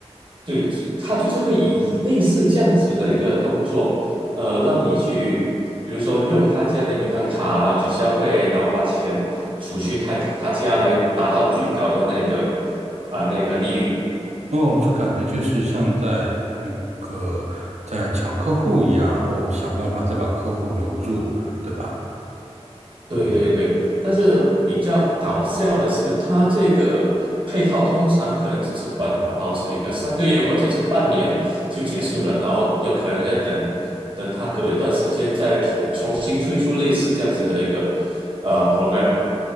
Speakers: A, on the right; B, on the right.
A: 对，他就是会以类似这样子的一个动作，呃，让你去，比如说用他家的银行卡，然后去消费，然后把钱储蓄他他家来达到最高的那个啊、那个利率。
B: 哦，这感觉就是像在那个在抢客户一样，然后想办法再把客户留住，对吧？
A: 对对对，但是比较搞笑的是，它这个配套通常可能只是保保持一个三个月或者是半年就结束了，然后有可能再等等它隔一段时间再重重新推出类似这样子的一个呃 program。